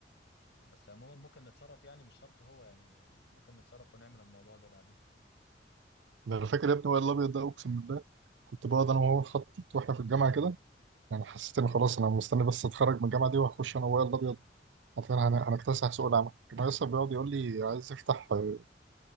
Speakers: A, on the left; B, on the right.
A: بس عموما ممكن نتصرف يعني مش شرط هو يعني ممكن نتصرف ونعمل الموضوع ده بعدين
B: ده انا فاكر يا ابني وائل الابيض ده اقسم بالله كنت بقعد انا وهو نخطط واحنا في الجامعه كده يعني حسيت ان خلاص انا مستني بس اتخرج من الجامعه دي وهخش انا وائل الابيض عشان هن- هنكتسح سوق العمل كان لسه بيقعد يقول لي عايز يفتح آه،